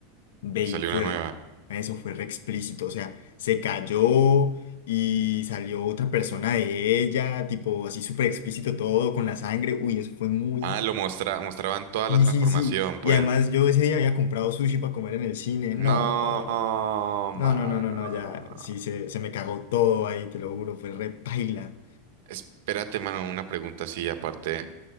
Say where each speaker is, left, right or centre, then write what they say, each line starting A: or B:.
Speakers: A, on the left; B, on the right.
A: Ve
B: y
A: y
B: salió
A: fue,
B: una nueva.
A: eso fue re explícito, o sea, se cayó y salió otra persona de ella, tipo así súper explícito todo, con la sangre, uy, eso fue muy...
B: Ah, lo mostra mostraban toda
A: Y
B: la transformación,
A: sí, sí,
B: pues.
A: y además yo ese día había comprado sushi para comer en el cine,
B: No,
A: no,
B: mano.
A: no, no, no, no, no, ya, sí, se, se me cagó todo ahí, te lo juro, fue re paila.
B: Espérate, mano, una pregunta así aparte.